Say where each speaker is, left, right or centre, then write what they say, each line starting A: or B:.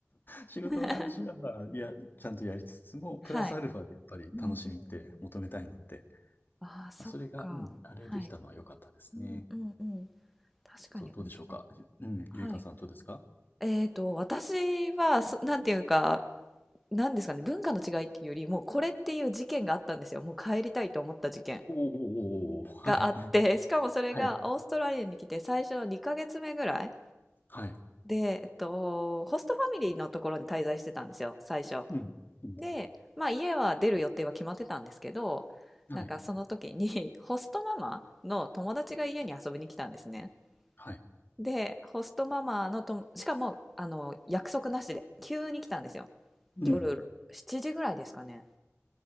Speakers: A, on the left; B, in the centre.
A: 仕事の話はまあやちゃんとやりつつもプラスアルファでやっぱり楽しみって求めたいので
B: <laughs> はいうんうんうんああそっかはい
A: まあそれがうんあれできたのは良かったですね
B: うんうんうん確かに面白い。
A: そうどうでしょうかうんゆいかさんどうですか
B: はいえーと、私はそ、なんていうか、なんですかね、文化の違いっていうより、もうこれっていう事件があったんですよ。もう帰りたいと思った事件
A: おおはい
B: があって、<laughs> しかもそれがオーストラリアに来て最初の2ヶ月目ぐらい
A: はいはい
B: で、えっと、ホストファミリーのところに滞在してたんですよ、最初。
A: うんうん
B: で、まあ家は出る予定は決まってたんですけど、
A: はい
B: なんかその時に <laughs> ホストママの友達が家に遊びに来たんですね。
A: はい
B: で、ホストママのとも、しかも、あの、約束なしで、急に来たんですよ。
A: うん
B: 夜7時ぐらいですかね。